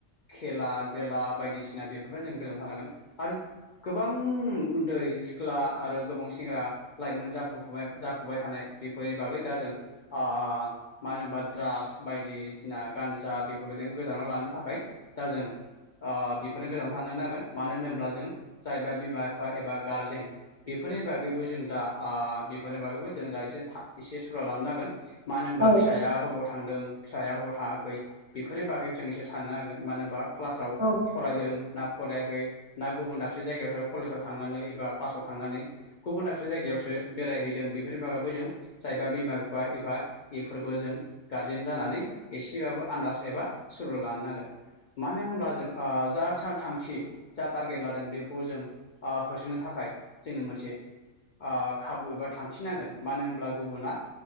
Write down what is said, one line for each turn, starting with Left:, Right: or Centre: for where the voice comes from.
Left: खेला देला बायदिसिना बेफोरनिफ्राय जों गोजानाव थानांगोन। आरो गोबां उन्दै सिख्ला आरो गोबां सेंग्रा लाइमोन जाफु फुबाय जाफुबाय थानाय बेफोरनि बागै दा जों ओ मानो होनबा दड्राग्स बायदिसिना गान्जा बेफोरनिफ्राय गोजानाव लानो थाखाय दा जों ओ बेफोरनो गोजानाव थानो नांगोन। मानो होनोब्ला जों जायबा बिमा-बिफा एबा गारजेन बेफोरनि बागैबो जों दा बेफोरनि बागैबो जों दा एसे एसे सुला' लानो नांगोन मानो
Right: नंगौ
Left: होनबा
Right: औ औ
Left: फिसाया
Right: औ
Left: ओबाव थांदों फिसाया ओबाव थाङाखै बेफोरनि बागै जों एसे साननो हागोन मानो होनबा क्लासाव
Right: औ
Left: फरायदों ना फरायाखै ना गुबुन दाबसे जायगायावसो कलेजाव थांनानै एबा क्लासाव थांनानै गुबुन दाबसे जायगायावसो बेरायहैदों बेफोरनि बागैबो जों जायबा बिमा बिफा एबा बेफोरबो जों गारजेन जानानै एसेबाबो आन्दाज एबा सुल' लानो नांगोन मानो होनोमब्ला जों ओ जा थांखि जा टारगेट लादों बेखौ जों ओ होसोनो थाखाय जोंनो मोनसे ओ खाबु एबा थांखिनांगोन मानो होनब्ला गुबुना